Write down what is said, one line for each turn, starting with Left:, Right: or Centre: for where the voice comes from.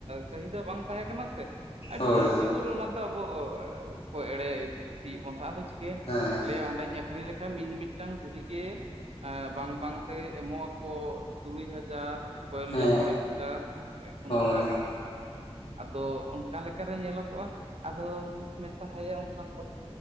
Right: ᱪᱟᱦᱤᱫᱟ ᱵᱟᱝ ᱛᱟᱦᱮᱸ ᱠᱟᱱᱟ ᱥᱮ ᱟᱹᱰᱤ
Left: ᱦᱳᱭ
Right: ᱡᱳᱨ ᱚᱱᱟ ᱫᱚ ᱟᱵᱚ ᱠᱚ ᱮᱲᱮ ᱤᱫᱤᱭᱮᱫ ᱵᱚᱱ ᱛᱟᱦᱮᱸᱫ ᱟᱫᱚ ᱪᱤᱠᱟᱹ
Left: ᱦᱮᱸ
Right: ᱞᱟᱹᱭᱟ ᱚᱸᱰᱮᱧ ᱟᱹᱠᱷᱨᱤᱧ ᱞᱮᱠᱷᱟᱱ ᱢᱤᱜ ᱢᱤᱫᱴᱟᱝ ᱫᱷᱤᱨᱤ ᱜᱮ ᱵᱟᱝ ᱵᱟᱝᱛᱮ ᱮᱢᱚᱜ-ᱟ ᱠᱚ ᱛᱩᱨᱩᱭ ᱦᱟᱡᱟᱨ ᱯᱟᱹᱭᱞᱟᱹ
Left: ᱦᱮᱸ
Right: ᱢᱚᱬᱮ ᱦᱟᱡᱟᱨ ᱦᱮᱸᱥᱮ ᱩᱱ
Left: ᱦᱳᱭ
Right: ᱚᱠᱛᱚ ᱨᱮᱱᱟᱜ ᱠᱟᱛᱷᱟ᱾ ᱟᱫᱚ ᱚᱱᱠᱟ ᱞᱮᱠᱟ ᱨᱮ ᱧᱮᱞᱚᱜᱚᱜ-ᱟ, ᱟᱫᱚᱢ ᱢᱮᱛᱟ ᱦᱟᱭᱟ ᱚᱱᱠᱟ